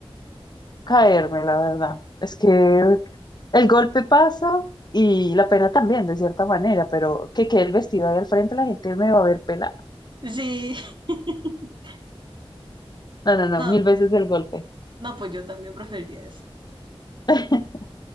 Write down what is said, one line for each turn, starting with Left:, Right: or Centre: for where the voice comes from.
Left: Caerme, la verdad. Es que el golpe pasa y la pena también, de cierta manera, pero que quede el vestido ahí al frente, la gente me va a ver pelada.
Right: Sí. <laughs>
Left: No, no, no,
Right: No,
Left: mil veces el golpe.
Right: no, pues yo también preferiría eso.
Left: <laughs>